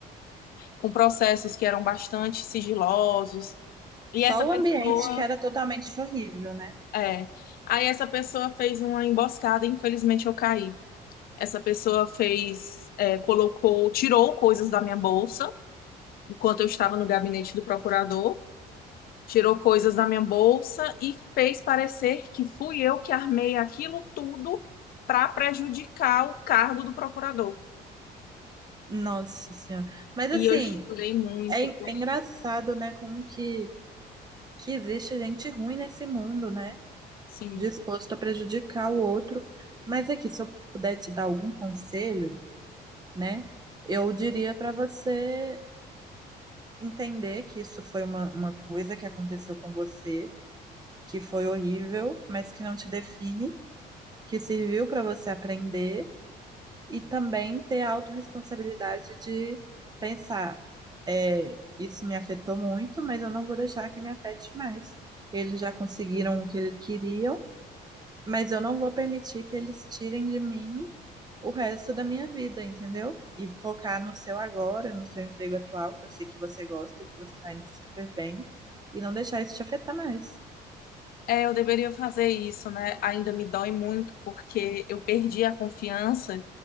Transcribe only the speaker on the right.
só
o
ambiente que era totalmente horrível, né?
Nossa Senhora. Mas, assim,
é, en-
é engraçado, né, como que, que existe gente ruim nesse mundo, né?
disposto a prejudicar o outro. Mas aqui, se eu puder te dar algum conselho, né, eu diria para você entender que isso foi uma, uma coisa que aconteceu com você, que foi horrível, mas que não te define, que serviu para você aprender e também ter a autorresponsabilidade de pensar, é, isso me afetou muito, mas eu não vou deixar que me afete mais. Eles já conseguiram o que eles queriam Mas eu não vou permitir que eles tirem de mim o resto da minha vida, entendeu? E focar no seu agora, no seu emprego atual, que eu sei que você gosta, que você tá indo super bem, e não deixar isso te afetar mais.